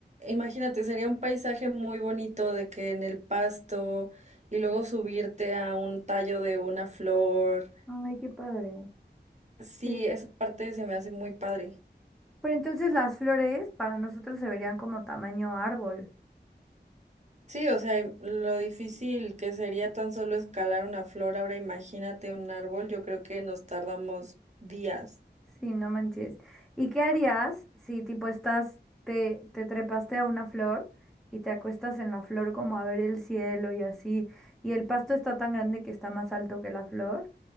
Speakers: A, on the right; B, in the centre.
A: imagínate, sería un paisaje muy bonito de que en el pasto y luego subirte a un tallo de una flor.
B: Ay, qué padre.
A: Sí,
B: Sí.
A: esa parte se me hace muy padre.
B: Pero entonces las flores para nosotros se verían como tamaño árbol.
A: Sí, o sea, im- lo difícil que sería tan solo escalar una flor, ahora imagínate un árbol, yo creo que nos tardamos días.
B: Sí, no manches. ¿Y qué harías si tipo estás, te, te trepaste a una flor y te acuestas en la flor como a ver el cielo y así, y el pasto está tan grande que está más alto que la flor,